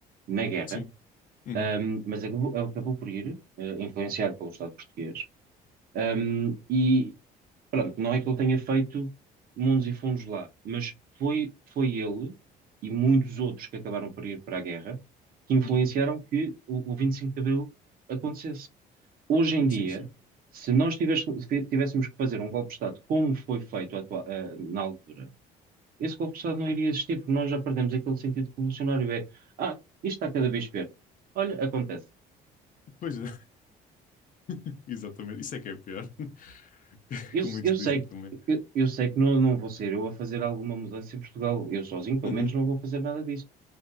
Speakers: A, on the right; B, on the left.
A: na guerra,
B: sim, uhum,
A: ahm, mas acabou, acabou por ir, eh, influenciado pelo Estado português. Ahm, e pronto, não é que ele tenha feito mundos e fundos lá, mas foi, foi ele e muitos outros que acabaram por ir para a guerra que influenciaram
B: uhum,
A: que o, o 25 de Abril acontecesse. Hoje em dia,
B: sim, sim.
A: se nós tives- se tivéssemos que fazer um golpe de Estado como foi feito atua- eh, na altura, esse golpe de Estado não iria existir, porque nós já perdemos aquele sentido revolucionário. É, ah, isto está cada vez pior. Olha, acontece.
B: Pois é. <laughs> Exatamente, isso é que é pior. <laughs>
A: Eu,
B: Como
A: se-
B: muitos
A: eu
B: dizem
A: sei,
B: também.
A: eu, eu sei que não, não vou ser eu a fazer alguma mudança em Portugal. Eu sozinho, pelo
B: Uhum,
A: menos, não vou fazer nada disso.